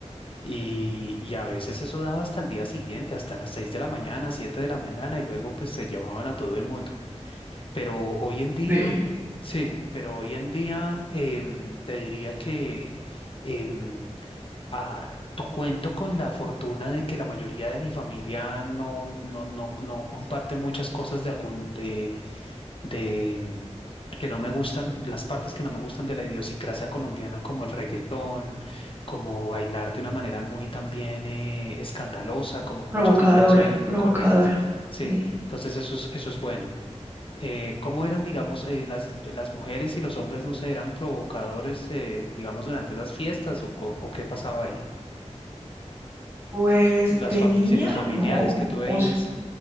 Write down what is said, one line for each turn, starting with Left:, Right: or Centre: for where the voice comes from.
Left: Y, y a veces eso daba hasta el día siguiente, hasta las 6 de la mañana, 7 de la mañana, y luego pues se llevaban a todo el mundo. Pero hoy en día,
Right: Sí.
Left: sí, pero hoy en día em, te diría que... em, Ah, tu- cuento con la fortuna de que la mayoría de mi familia no, no, no, no comparte muchas cosas de algún de, de mm, que no me gustan, las partes que no me gustan de la idiosincrasia colombiana, como el reggaetón, como bailar de una manera muy también eh, escandalosa, como muchas
Right: Provocadora,
Left: mujeres hoy,
Right: provocadora.
Left: correcto. Sí,
Right: Sí.
Left: entonces eso es, eso es bueno. Eh, ¿cómo eran, digamos, eh, las, las mujeres y los hombres, no sé, eran provocadores, eh, digamos, durante esas fiestas o, co- o qué pasaba ahí?
Right: Pues
Left: las
Right: de
Left: fa-
Right: niña,
Left: sí, los familiares
Right: no,
Left: que tú veías.
Right: o sea,